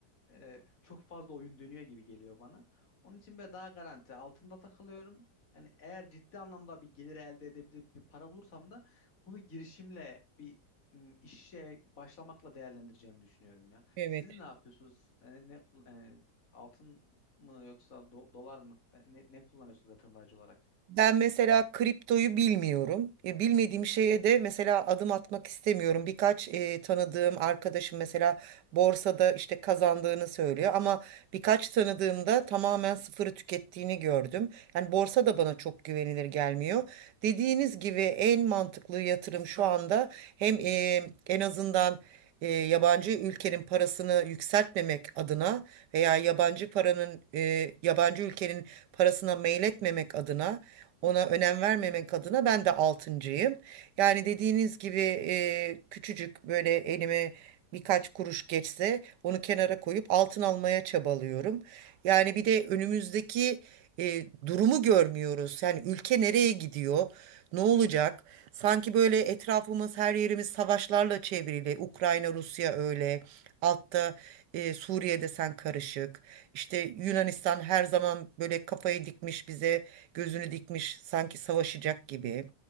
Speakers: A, on the left; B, on the right.
A: e, çok fazla oyun dönüyor gibi geliyor bana. Onun için böyle daha garanti altında takılıyorum. Yani eğer ciddi anlamda bir gelir elde edebilip bir para bulursam da bunu girişimle bir m, işe başlamakla değerlendireceğimi düşünüyorum ya.
B: Evet.
A: Siz ne yapıyorsunuz? E, ne kul- e, altın mı yoksa do- dolar mı? E, ne, ne kullanıyorsunuz yatırım aracı olarak?
B: Ben mesela kriptoyu bilmiyorum. E, bilmediğim şeye de mesela adım atmak istemiyorum. Birkaç e, tanıdığım arkadaşım mesela borsada işte kazandığını söylüyor ama birkaç tanıdığımda tamamen sıfırı tükettiğini gördüm. Yani borsa da bana çok güvenilir gelmiyor. Dediğiniz gibi en mantıklı yatırım şu anda hem e, en azından e, yabancı ülkenin parasını yükseltmemek adına veya yabancı paranın e, yabancı ülkenin parasına meyletmemek adına ona önem vermemek adına ben de altıncıyım. Yani dediğiniz gibi e, küçücük böyle elime birkaç kuruş geçse onu kenara koyup altın almaya çabalıyorum. Yani bir de önümüzdeki e, durumu görmüyoruz. Yani ülke nereye gidiyor? Ne olacak? Sanki böyle etrafımız her yerimiz savaşlarla çevrili. Ukrayna, Rusya öyle. Altta e, Suriye'de sen karışık. İşte Yunanistan her zaman böyle kafayı dikmiş bize, gözünü dikmiş sanki savaşacak gibi.